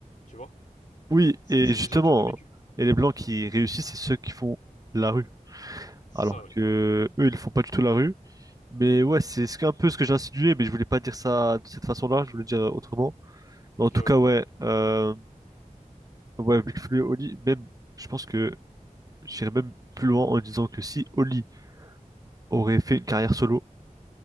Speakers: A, on the left; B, on the right.
A: Tu vois?
B: oui,
A: C'est
B: et
A: c'est
B: justement,
A: des gens qui ont du vécu.
B: et les Blancs qui réussissent, c'est ceux qui font la rue.
A: C'est
B: Alors
A: ça, ouais.
B: que eux, ils font pas du tout la rue. Mais ouais, c'est ce que- un peu ce que j'ai insinué, mais je voulais pas dire ça de cette façon-là, je voulais dire autrement. Mais
A: Ok,
B: en tout
A: ouais.
B: cas, ouais, euh, ouais, Big Flo et Oli, même, je pense que J'irais même plus loin en disant que si Oli aurait fait une carrière solo,